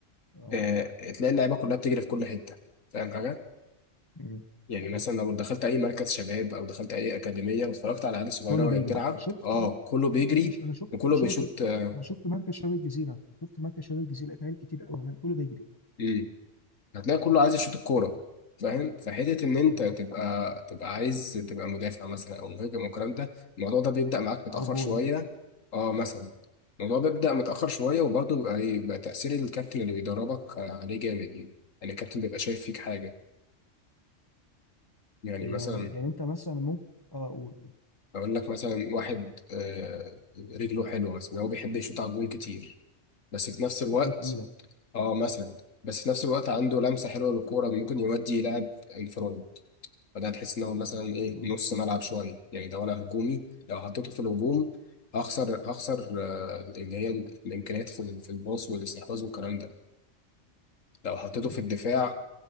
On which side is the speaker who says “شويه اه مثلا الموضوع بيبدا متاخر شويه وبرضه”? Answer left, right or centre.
Left